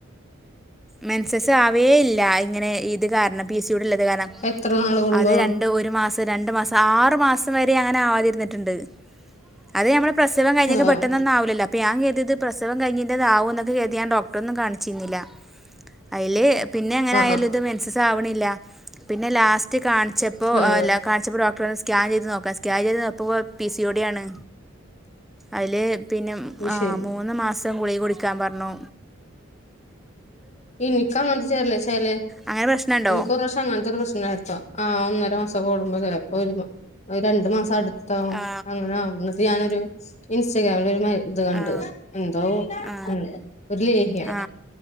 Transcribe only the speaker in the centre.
മെൻസസ് ആവേ ഇല്ല ഇങ്ങനെ ഇത് കാരണം പി സി ഓടിള്ളത് കാരണം.
അത് രണ്ട് ഒരുമാസം രണ്ടുമാസം ആറുമാസം വര് രേ അങ്ങനെ ആവാതിരുന്നിട്ടുണ്ട്. അത് നമ്മളെ പ്രസവം കഴിഞ്ഞിട്ട്
പെട്ടെന്ന് ഒന്നും ആവൂല്ലല്ലോ അപ്പോൾ ഞാൻ കരുതിയത് പ്രസവം കഴിഞ്ഞതിന്റെതാവും എന്ന് കരുതി ഡോക്ടറിനെ കാണി ച്ചിരുന്നില്ല. അയില് പിന്നെങ്ങനെ
ആയാലു ഇത് മെൻസസ് ആവണില്ല ല്ല പിന്നെ ലാസ്റ്റ് കാണിച്ചപ്പോ
കാണിച്ചപ്പോ ഡോക്ടർ സ്കാൻ ചെയ്ത് നോക്കാം സ്കാൻ ചെയ്തു നോക്കാൻ പിന്നെ ലാസ്റ്റ് കാണിച്ചപ്പോൾ പ്പ്വാ പീസീഓഡ്യാണ് അയ്ല് പിന്നെ മ്
ആഹ്
മൂന്ന് മാസം ഗുളിക്കുടിക്കാം പർഞ്ഞു.
അങ്ങനെ പ്രശ്നമുണ്ടോ
ആ
ആ
ആ
ആ